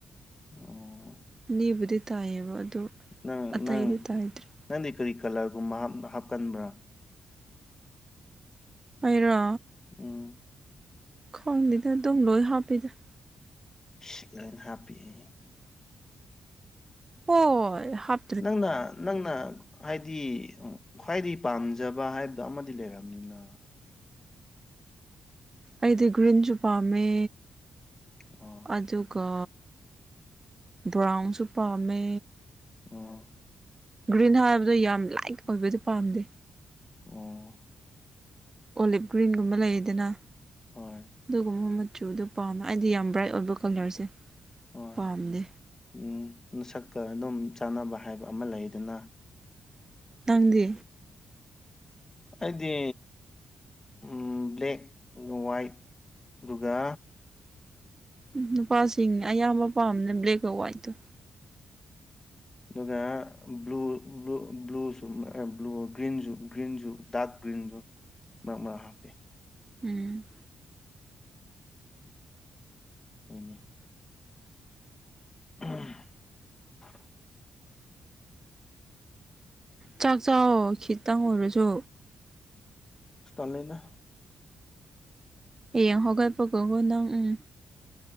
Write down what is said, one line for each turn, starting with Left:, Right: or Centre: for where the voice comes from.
Left: ꯑꯣ
Right: ꯅꯤꯕꯨꯗꯤ ꯇꯥꯏꯌꯦꯕ ꯑꯗꯨ
Left: ꯅꯪ
Right: ꯑꯇꯩꯗꯤ
Left: ꯅꯪ
Right: ꯇꯥꯏꯗ꯭ꯔꯤ
Left: ꯅꯪꯗꯤ ꯀꯔꯤ ꯀꯂꯔꯒꯨꯝꯕ ꯍꯥꯞ ꯍꯥꯞꯀꯟꯕ꯭ꯔꯥ
Right: ꯑꯩꯔꯣ
Left: ꯎꯝ
Right: ꯈꯪꯗꯦꯗ ꯗꯨꯝ ꯂꯣꯏ ꯍꯥꯞꯄꯤꯗ
Left: <unintelligible> ꯂꯥꯟ ꯍꯥꯞꯄꯦꯌꯦ
Right: ꯍꯣꯏ ꯍꯥꯞ
Left: ꯅꯪꯅ ꯅꯪꯅ ꯍꯥꯏꯗꯤ ꯎꯝ ꯈ꯭ꯋꯥꯏꯗꯥꯒꯤ ꯄꯥꯝꯖꯕ ꯍꯥꯏꯕꯗꯣ ꯑꯃꯗꯤ ꯂꯩꯔꯝꯅꯤꯅꯥ
Right: ꯑꯩꯗꯤ ꯒ꯭ꯔꯤꯟꯖꯨ ꯄꯥꯝꯃꯦ
Left: ꯑꯣ
Right: ꯑꯗꯨꯒꯥ ꯕ꯭ꯔꯥꯎꯟꯁꯨ ꯄꯥꯝꯃꯦ
Left: ꯑꯣ
Right: ꯒ꯭ꯔꯤꯟ ꯍꯥꯏꯕꯗꯣ ꯌꯥꯝ ꯂꯥꯏꯠ ꯑꯣꯏꯕꯗꯤ ꯄꯥꯝꯗꯦ
Left: ꯑꯣ
Right: ꯑꯣꯂꯤꯞ ꯒ꯭ꯔꯤꯟꯒꯨꯝꯕ ꯂꯩꯌꯦꯗꯅꯥ
Left: ꯍꯣꯏ
Right: ꯗꯨꯒꯨꯝꯕ ꯃꯆꯨꯗꯣ ꯄꯥꯝꯃꯦ ꯑꯩꯗꯤ ꯌꯥꯝ ꯕ꯭ꯔꯥꯏꯠ ꯑꯣꯏꯕ ꯀꯂꯔꯁꯦ
Left: ꯍꯣꯏ
Right: ꯄꯥꯝꯗꯦ
Left: ꯎꯝ ꯅꯁꯛꯀ ꯑꯗꯨꯝ ꯆꯥꯅꯕ ꯍꯥꯏꯕ ꯑꯃ ꯂꯩꯗꯅꯥ
Right: ꯅꯪꯗꯤ
Left: ꯑꯩꯗꯤ ꯎꯝ ꯕ꯭ꯂꯦꯛ ꯋꯥꯏꯠ ꯗꯨꯒ
Right: ꯎꯝ ꯅꯨꯄꯥꯁꯤꯡ ꯑꯌꯥꯝꯕ ꯄꯥꯝꯅ ꯕ꯭ꯂꯦꯛꯀ ꯋꯥꯏꯠꯀ
Left: ꯗꯨꯒ ꯕ꯭ꯂꯨ ꯕ꯭ꯂꯨ ꯕ꯭ꯂꯨꯁꯨ ꯑ ꯕ꯭ꯂꯨ ꯒ꯭ꯔꯤꯟꯖꯨ ꯒ꯭ꯔꯤꯟꯖꯨ ꯗꯥꯛ ꯒ꯭ꯔꯤꯟꯖꯨ ꯃꯔꯛ ꯃꯔꯛ ꯍꯥꯞꯄꯦ
Right: ꯎꯝ
Left: ꯍꯣꯏꯅꯦ <unintelligible>
Right: ꯆꯥꯛ ꯆꯥꯎ ꯈꯤꯇꯪ ꯑꯣꯏꯔꯖꯨ
Left: ꯇꯜꯂꯦꯅ
Right: ꯑꯦꯌꯦꯡ ꯍꯧꯒꯠꯄꯒꯣꯒꯣ ꯅꯪ ꯎꯝ